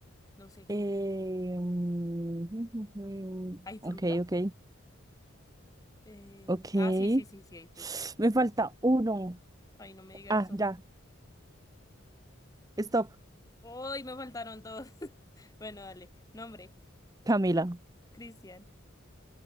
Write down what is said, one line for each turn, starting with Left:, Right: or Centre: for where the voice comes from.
Left: no sé.
Right: Eh, mm, <laughs>
Left: ¿Hay fruta?
Right: ok, ok,
Left: Eh,
Right: ok.
Left: ah, sí, sí, sí, sí, hay fruta.
Right: <sniffs> Me falta uno.
Left: Ay, no me diga
Right: Ah,
Left: eso.
Right: ya. Stop.
Left: Uy, me faltaron todos. <laughs> Bueno, dale. Nombre,
Right: Camila,
Left: Cristian.